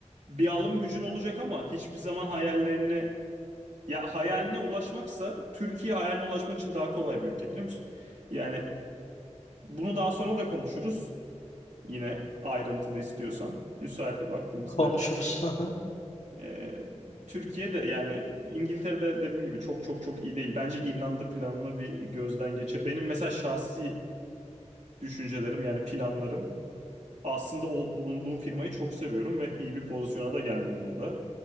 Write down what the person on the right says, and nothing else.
Bir alım gücün olacak ama hiçbir zaman hayallerini ya hayaline ulaşmaksa Türkiye hayaline ulaşmak için daha kolay bir ülke biliyor musun? Yani bunu daha sonra da konuşuruz. yine ayrıntılı istiyorsan müsait bir vaktimizde.
Ee, Türkiye'de yani İngiltere'de dediğim gibi çok çok çok iyi değil. Bence İrlanda planını bir gözden geçir. Benim mesela şahsi düşüncelerim yani planlarım aslında o bulunduğum firmayı çok seviyorum ve iyi bir pozisyona da geldim burada.